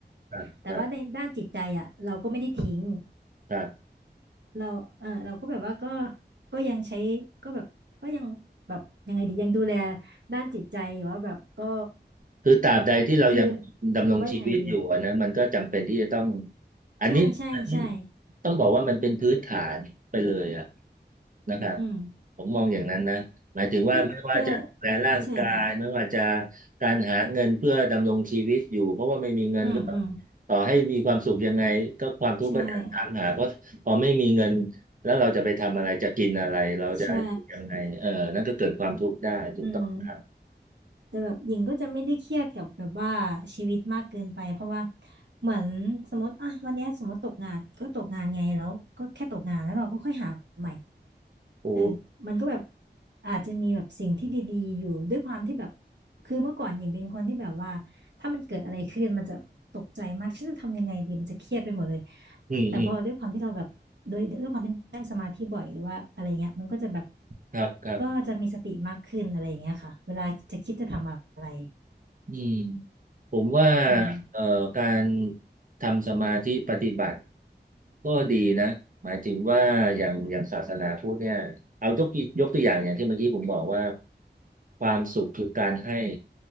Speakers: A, on the right; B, on the right.
A: ครับครับ
B: แต่ว่าในด้านจิตใจอ่ะเราก็ไม่ได้ทิ้ง
A: ครับ
B: เราเออเราก็แบบว่าก็ก็ยังใช้ก็แบบก็ยังแบบยังไงดียังดูแลด้านจิตใจหรือยู่ว่าแบบก็
A: คือตราบใดที่เรายังดำรงชีวิตอยู่อะนะมันก็จำเป็นที่จะต้อง
B: คือจะว่ายังไงดี
A: อันนี้อันนี้
B: ใช่ใช่ใช่
A: ต้องบอกว่ามันเป็นพื้นฐานไปเลยอะนะครับ
B: อืม
A: ผมมองอย่างนั้นนะหมายถึงว่าไม่ว่าจะดูแลร่างกายไม่ว่าจะ
B: ก็ก็ใช่ค่ะ
A: การหาเงินเพื่อดำรงชีวิตอยู่เพราะว่าไม่มีเงินก็
B: อืมอืม
A: ต่อให้มีความสุขยังไงก็ความทุกข์ก็จะถามหาเพราะพอไม่มีเงิน
B: ใช่
A: แล้วเราจะไปทำอะไรจะกินอะไรเราจะอยู่ยังไงเออนั่นก็เกิดความทุกข์ได้ถูกต้องครับ
B: ใช่อืม แต่แบบหญิงก็จะไม่ได้เครียดกับแบบว่าชีวิตมากเกินไปเพราะว่าเหมือนสมมติอ่ะวันเนี้ยสมมติตกงานก็ตกงานไงแล้วก็แค่ตกงานแล้วเราก็ค่อยหาใหม่
A: โอ้
B: เออมันก็แบบอาจจะมีแบบสิ่งที่ดีๆอยู่ด้วยความที่แบบคือเมื่อก่อนหญิงเป็นคนที่แบบว่าถ้ามันเกิดอะไรขึ้นมันจะตกใจมากฉันจะทำยังไงดีมันจะเครียดไปหมดเลย
A: อืมอืม
B: แต่พอด้วยความที่เราแบบโดยด้วยความที่นั่งสมาธิบ่อยหรือว่าอะไรเงี้ยมันก็จะแบบ
A: ครับครับ
B: ก็จะมีสติมากขึ้นอะไรเงี้ยค่ะเวลาจะคิดจะทำอะไร
A: อืมผมว่า
B: อืม
A: เอ่อการทำสมาธิปฏิบัติก็ดีนะหมายถึงว่าอย่างอย่างศาสนาพุทธเนี่ยเอายกตัวยกตัวอย่างอย่างที่เมื่อกี้ผมบอกว่าความสุขคือการให้